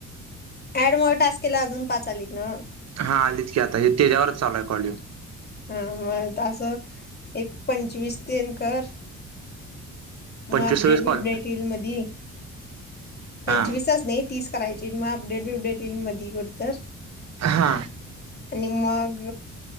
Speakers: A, on the left; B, on the right.
A: ऍडम टस् केला अजून पाचालीिक ना
B: हा आलीच की आता हे त्याच्यावरच चालू आहेय कॉले
A: हा मग तं एक पंचवीस तेन कर
B: पंचवीस
A: मग अपडेट
B: सव्वीस
A: बीपडेट
B: कॉल
A: येईल मध पंचवीसच
B: हा
A: नाही तीस करायची मग अपडेट बिपडेट येईल मध कडत
B: हा
A: निमग